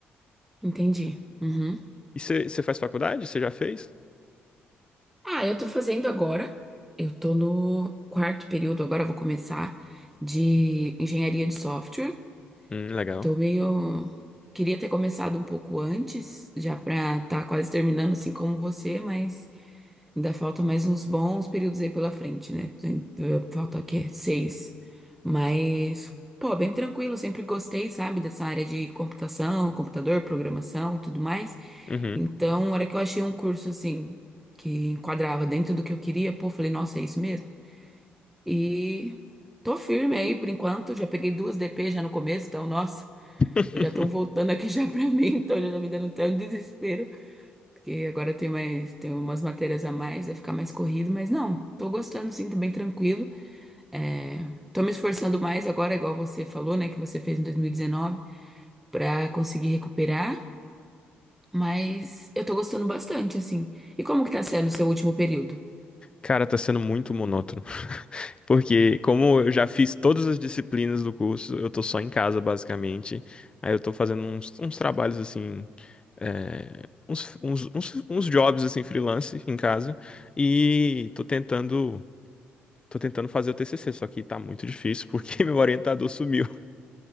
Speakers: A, in the centre; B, on the left.
A: Entendi. Uhum.
B: E você faz faculdade? Você já fez?
A: Ah, eu tô fazendo agora. Eu tô no quarto período agora, eu vou começar de engenharia de software.
B: Hum, legal.
A: Tô meio. Queria ter começado um pouco antes, já pra estar quase terminando, assim como você, mas. Ainda falta mais uns bons períodos aí pela frente, né? Tem- eh, Falta o quê? Seis. Mas, pô, bem tranquilo, sempre gostei, sabe, dessa área de computação, computador, programação e tudo mais.
B: Uhum.
A: Então, na hora que eu achei um curso assim, que enquadrava dentro do que eu queria, pô, falei, nossa, é isso mesmo. E tô firme aí por enquanto, já peguei duas DP já no começo, então, nossa,
B: <laughs>
A: já estão voltando aqui <laughs> já pra mim, então já tá me dando até um desespero. Porque agora tem mais, tem umas matérias a mais, vai ficar mais corrido, mas não, tô gostando sim, tô bem tranquilo. É, tô me esforçando mais agora, igual você falou, né, que você fez em 2019, pra conseguir recuperar, mas eu tô gostando bastante, assim. E como que tá sendo o seu último período?
B: Cara, tá sendo muito monótono. <laughs> Porque, como eu já fiz todas as disciplinas do curso, eu tô só em casa, basicamente. Aí eu tô fazendo uns, uns trabalhos assim. é, uns, uns, uns, uns jobs assim freelance em casa e tô tentando tô tentando fazer o TCC, só que tá muito difícil porque <laughs> meu orientador sumiu.